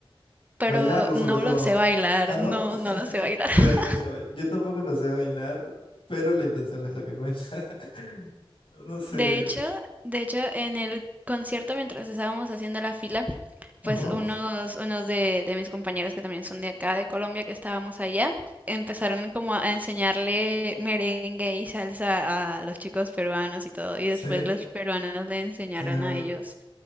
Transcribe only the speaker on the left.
Bailarlo sobre
todo.
Ah, ¿no?
<laughs>
Mira,
Sí. escúchame, yo tampoco lo sé bailar, pero la intención es lo que cuenta. <laughs> No sé.
Ajá,
sí,
o sea,